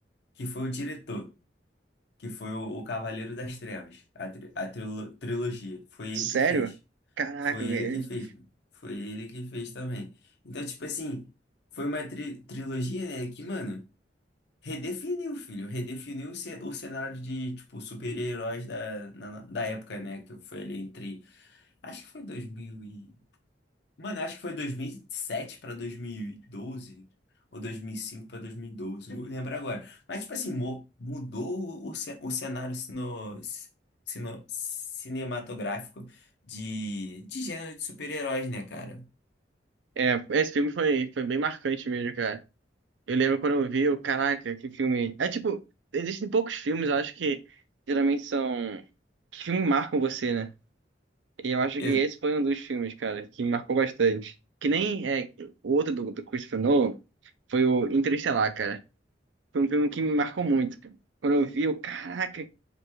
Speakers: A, on the left (about 65°); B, on the right (about 80°).
A: que foi o diretor, que foi o, o Cavaleiro das Trevas, a, tri- a trilo- trilogia. Foi ele
B: Sério?
A: que fez.
B: Caraca,
A: Foi ele
B: velho.
A: que fez, mano. Foi ele que fez também. Então, tipo assim, foi uma tri- trilogia, né, que, mano. Redefiniu, filho. Redefiniu o ce- o cenário de, tipo, super-heróis da, na- da época, né? Que foi ali entre. Acho que foi 2000 e... Mano, acho que foi 2007 pra dois mil e doze Ou 2005 pra dois mil e doze Não lembro agora. Mas, tipo assim, mo- mudou o, ce- o cenário sino, sino- cinematográfico de, de gênero de super-heróis, né, cara?
B: É, esse filme foi, foi bem marcante mesmo, cara. Eu lembro quando eu vi, eu, caraca, que filme. É tipo, existem poucos filmes, eu acho que geralmente são. Que filmes marcam você, né? E eu acho
A: Ex-
B: que esse foi um dos filmes, cara, que me marcou bastante. Que nem é, o outro do, do Christopher Nolan foi o Interestelar, cara. Foi um filme que me marcou muito, cara. Quando eu vi, eu, caraca,